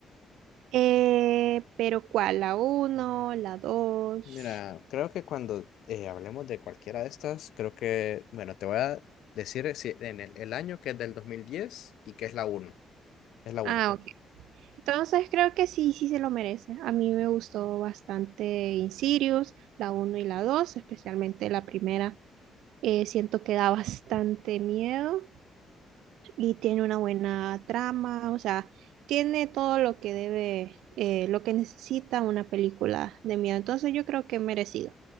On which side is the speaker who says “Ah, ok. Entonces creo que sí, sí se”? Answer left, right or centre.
Right